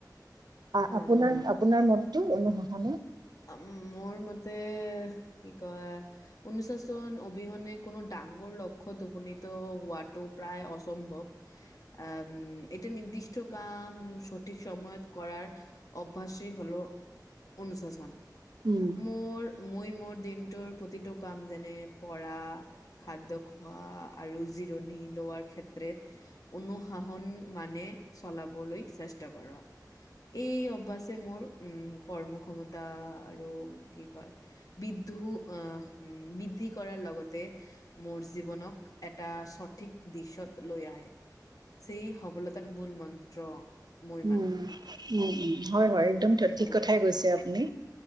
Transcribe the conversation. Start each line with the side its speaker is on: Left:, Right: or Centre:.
Right: আপোনাৰ
Left: হয়,
Right: আপোনাৰ ম টো অনুশাসনে
Left: উম মোৰ মতে কি কয় অনুশাসন অবিহনে কোনো ডাঙৰ লক্ষ্য উপনীত হোৱাটো প্ৰায় অসম্ভৱ। উম এটা নিৰ্দিষ্ট টো কাম সঠিক সময়ত কৰাৰ অভ্যাসেই হ'ল অনুশাসন। মোৰ
Right: উম
Left: মই মোৰ দিনটোৰ প্ৰতিটো কাম যেনে পঢ়া, খাদ্য খোৱা, আৰু জিৰণি লোৱাৰ ক্ষেত্ৰত অনুশাসন মানে চলাবলৈ চেষ্টা কৰা। এই অভ্যাসে মোৰ উ কৰ্মক্ষমতা। আৰু কি কয়, বিদ্ধু আহ বৃদ্ধি কৰাৰ লগতে, মোৰ জীৱনক এটা সঠিক দিশত লৈ আহে। সেই সফলতাৰ মূল মন্ত্ৰ। মই
Right: উম-উম।
Left: মানো
Right: উ। হয়, হয় একদম
Left: এইটো
Right: ঠিক কথাই
Left: আৰু
Right: কৈছে আপুনি।